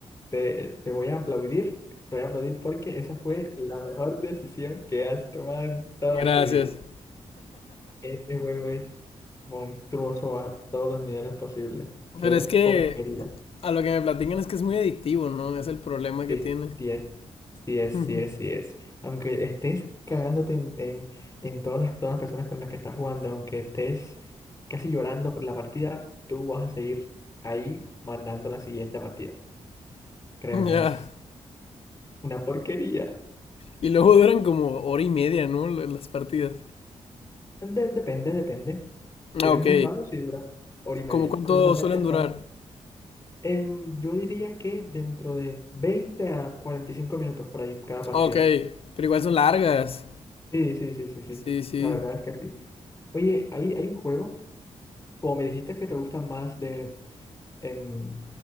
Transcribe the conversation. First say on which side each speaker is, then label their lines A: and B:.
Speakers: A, on the left (about 20°); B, on the left (about 50°).
A: Te, te voy a aplaudir, te voy a aplaudir porque esa fue la mejor decisión que has tomado en toda
B: Gracias.
A: tu vida. Este juego es monstruoso a todos los niveles posibles. Qué
B: Pero es que
A: porquería.
B: a lo que me platican es que es muy adictivo, ¿no? Es el problema
A: Sí,
B: que tiene.
A: sí es. Sí
B: <laughs>
A: es, sí
B: Ujú.
A: es, sí es. Aunque estés cagándote en, en, en todas las, todas las personas con las que estás jugando, aunque estés casi llorando por la partida, tú vas a seguir ahí mandando la siguiente partida. Créeme,
B: Ya.
A: es una porquería.
B: Y luego duran como hora y media, ¿no? Las partidas.
A: De- depende, depende. Si
B: Ah,
A: eres
B: ok.
A: muy malo, sí dura hora y media.
B: ¿Cómo cuánto
A: Pero usualmente
B: suelen
A: está
B: durar?
A: Em, yo diría que dentro de 20 a 45 minutos por ahí cada partida.
B: Ok, pero igual son largas.
A: Sí, sí, sí, sí, sí.
B: Sí, sí.
A: La verdad es que sí. Oye, ahí hay un juego, como me dijiste que te gustan más de, em,